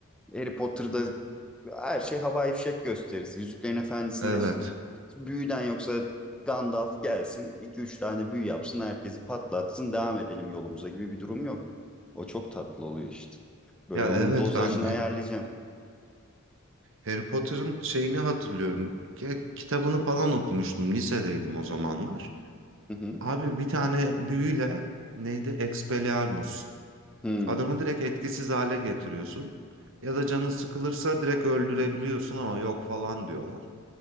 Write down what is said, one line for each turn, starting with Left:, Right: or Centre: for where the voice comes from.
Centre: Harry Potter'da her şey havai fişek gösterisi. Yüzüklerin Efendisi'nde
Right: Evet.
Centre: işte büyüden yoksa Gandalf gelsin, iki üç tane büyü yapsın, herkesi patlatsın, devam edelim yolumuza gibi bir durum yok. O çok tatlı oluyor işte. Böyle
Right: Ya
Centre: onun
Right: evet
Centre: dozajını
Right: ben
Centre: ayarlayacağım.
Right: Harry Potter'ın şeyini hatırlıyorum. Ya, kitabını falan okumuştum. Lisedeydim o zamanlar.
Centre: Hı hı.
Right: Abi bir tane büyüyle neydi? Expelliarmus.
Centre: Hı.
Right: Adamı direkt etkisiz hale getiriyorsun. Ya da canın sıkılırsa direkt öldürebiliyorsun ama yok falan diyorlar.